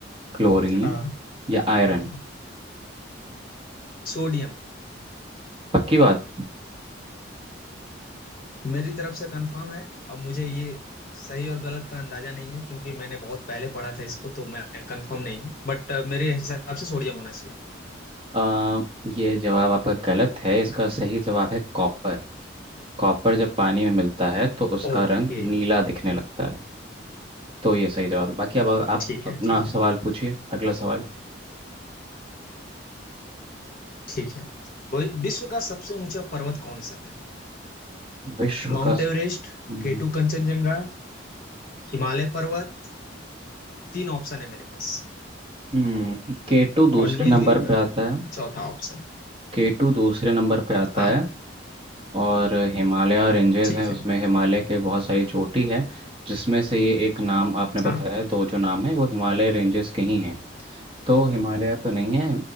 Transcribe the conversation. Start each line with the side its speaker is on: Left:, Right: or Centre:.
Right: क्लोरीन
Left: हाँ
Right: या आयरन
Left: हाँ सोडियम
Right: पक्की बात
Left: मेरी तरफ से कंफर्म है अब मुझे ये सही और गलत का अंदाजा नहीं है क्योंकि मैंने बहुत पहले पढ़ा था इसको तो मैं कंफर्म नहीं हूँ बट अ, मेरे हिसाब से सोडियम होना चाहिए
Right: अ, ये जवाब आपका गलत है इसका सही जवाब है कॉपर कॉपर जब पानी में मिलता है तो उसका
Left: ओके
Right: रंग नीला दिखने लगता है तो ये सही जवाब है बाकी अब आप
Left: ठीक
Right: अपना
Left: है ठीक है
Right: सवाल पूछिए अगला सवाल
Left: ठीक है वो- विश्व का सबसे ऊंचा पर्वत कौन सा है
Right: विश्व
Left: Mount
Right: का
Left: Everest
Right: हम्म
Left: K two Kanchenjunga Himalaya पर्वत तीन ऑप्शन है मेरे पास
Right: हम्म, केटू दूसरे
Left: और नीलगिरी
Right: नंबर पे
Left: पर्वत
Right: आता है
Left: चौथा ऑप्शन
Right: केटू दूसरे नंबर पे आता
Left: हाँ
Right: है और हिमालय रेंजेस
Left: ठीक
Right: हैं उसमें
Left: है
Right: हिमालय के बहुत सारी चोटी है जिसमें से ये एक नाम आपने बताया
Left: हाँ
Right: है, दो जो नाम है वो हिमालय रेंजेस के ही हैं तो हिमालय तो नहीं है